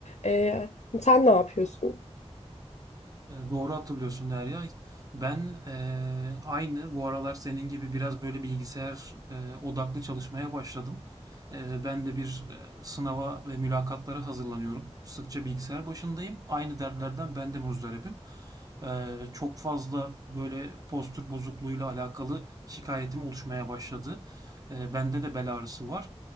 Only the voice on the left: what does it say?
E, sen ne yapıyorsun?